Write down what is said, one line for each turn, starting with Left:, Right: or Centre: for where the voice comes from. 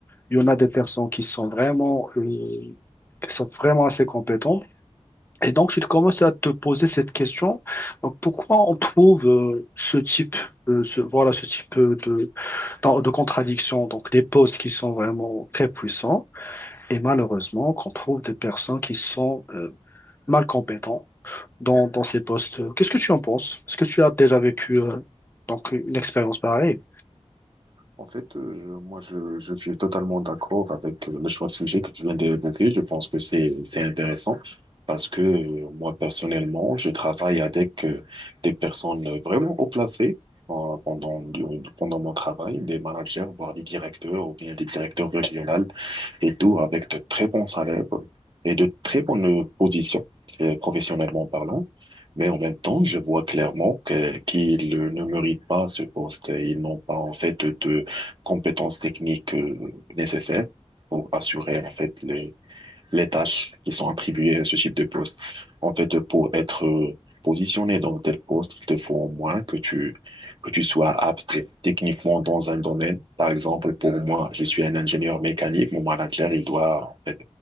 Left: il y en a des personnes qui sont vraiment, euh, qui sont vraiment assez compétentes. Et donc, tu te commences à te poser cette question. Donc, pourquoi on trouve euh, ce type, euh, ce, voilà, ce type euh, de, dans- de contradiction, donc des postes qui sont vraiment très puissants, et malheureusement qu'on trouve des personnes qui sont euh, mal compétentes dans, dans ces postes. Qu'est-ce que tu en penses? Est-ce que tu as déjà vécu euh, donc une expérience pareille?
Right: En fait, euh, moi, je, je suis totalement d'accord avec euh, le choix de sujet que tu viens d'évoquer. Je pense que c'est, c'est intéressant parce que euh, moi, personnellement, je travaille avec euh, des personnes vraiment haut placées euh, pendant, pendant mon travail, des managers, voire des directeurs ou bien des directeurs régionaux et tout avec de très bons salaires et de très bonnes positions, euh, professionnellement parlant. Mais en même temps, je vois clairement que, qu'ils ne méritent pas ce poste. Ils n'ont pas, en fait, de compétences techniques, euh, nécessaires pour assurer, en fait, les, les tâches qui sont attribuées à ce type de poste. En fait, pour être euh, positionné dans tel poste, il te faut au moins que tu, que tu sois apte techniquement dans un domaine. Par exemple, pour moi, je suis un ingénieur mécanique. Mon manager, il doit en fait,